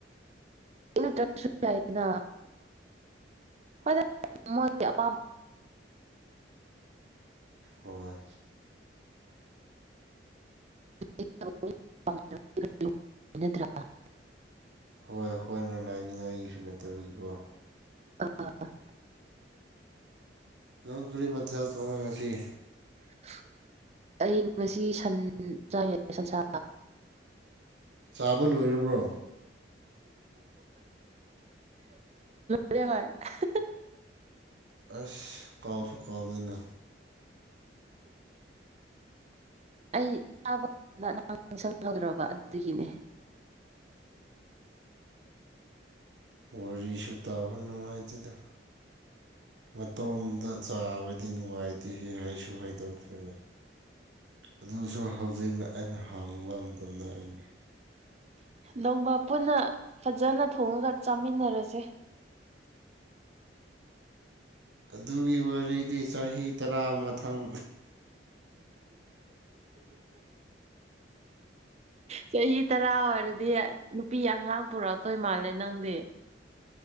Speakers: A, on the right; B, on the right.
A: ꯅꯠꯇ꯭ꯔꯁꯨ ꯌꯥꯏꯌꯦꯅ ꯍꯣꯏ ꯃꯣꯏꯒꯤ ꯑꯄꯥꯝꯕ
B: ꯍꯣꯏ
A: ꯭ <unintelligible>
B: ꯍꯣꯏ ꯍꯈꯣꯏꯅ ꯂꯥꯏꯅꯤꯡꯉꯥꯏꯒꯤꯁꯨ ꯅꯠꯇꯕꯒꯤꯀꯣ
A: ꯑ <unintelligible>
B: ꯅꯪ ꯀꯔꯤ ꯃꯊꯦꯜ ꯊꯣꯡꯉꯦ ꯉꯁꯤ
A: <inaudible> ꯑꯩ ꯉꯁꯤ ꯁꯟ ꯆꯥꯏ ꯁꯟꯁꯥ
B: ꯆꯥꯕ ꯂꯣꯏꯔꯕ꯭ꯔꯣ
A: ꯂꯦ ꯍ <unintelligible>
B: ꯑꯁ ꯀꯥꯎꯁꯨ ꯀꯥꯎꯗꯅ
A: ꯑꯩ ꯆꯥꯕ ꯀꯥꯟꯗ ꯅꯍ ꯁꯪꯒꯗ꯭ꯔꯕ ꯑꯗꯨꯒꯤꯅꯦ
B: ꯋꯥꯔꯤꯁꯨ ꯇꯥꯕ ꯅꯨꯡꯉꯥꯏꯇꯦꯗ ꯃꯇꯣꯝꯗ ꯆꯥꯕꯗꯤ ꯅꯨꯡꯉꯥꯏꯇꯦ ꯍ ꯍꯥꯏꯁꯨ ꯍꯥꯏꯗꯣꯛꯇ꯭ꯔꯤꯕ ꯑꯗꯨꯁꯨ ꯍꯧꯖꯤꯛꯅ ꯑꯩꯅ ꯍꯥꯡꯕ ꯃꯇꯝꯗ ꯍꯥꯏꯅꯤ
A: ꯅꯧꯃ ꯄꯨꯟꯅ ꯐꯖꯅ ꯊꯣꯡꯉꯒ ꯆꯥꯃꯤꯟꯅꯔꯁꯦ
B: ꯑꯗꯨꯒꯤ ꯋꯥꯔꯤꯗꯤ ꯆꯍꯤ ꯇꯔꯥ ꯃꯊꯪ
A: ꯆꯍꯤ ꯇꯔꯥ ꯑꯣꯏꯔꯗꯤ ꯅꯨꯄꯤ ꯑꯉꯥꯡ ꯄꯨꯔꯛꯛꯇꯣꯏ ꯃꯥꯜꯂꯦ ꯅꯪꯗꯤ